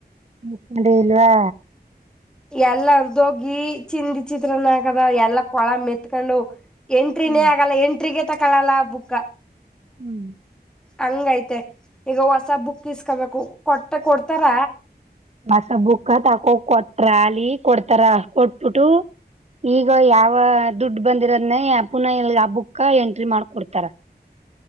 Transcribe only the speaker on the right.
ಮುಕೊಂಡಿ ಇಲ್ವಾ.
ಹ್ಮ್
ಹ್ಮ್
ಮಸ ಬುಕ್ಕ ತಾಕೋ ಕೊಟ್ರ ಅಲಿ ಕೊಡ್ತಾರ ಕೊಟ್ಬಿಟ್ಟು ಈಗ ಯಾವ ದುಡ್ ಬಂದಿರೋದನ್ನೇ ಪುನಃ ಎಲ್ ಆ ಬುಕ್ ಎಂಟ್ರಿ ಮಾಡ್ಕೊಡ್ತಾರ.